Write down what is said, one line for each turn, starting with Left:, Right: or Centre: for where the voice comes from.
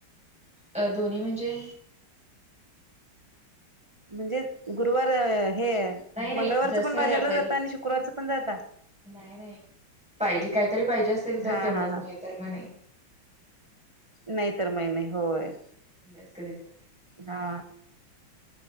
Centre: अ दोन्ही म्हणजे?
Right: म्हणजे गुरवार हे
Centre: नाही नाही
Right: मंगळवारचं
Centre: जसं
Right: पण बाजारला
Centre: ब
Right: जाता आणि शुक्रवारचं पण जाता?
Centre: नाही नाही पाहिजे काहीतरी पाहिजे असेल तर
Right: हा
Centre: तेवढंच,
Right: हा हा
Centre: नाही तर म नाही.
Right: नाहीतर नाही नाही होय
Centre: <unintelligible>
Right: हा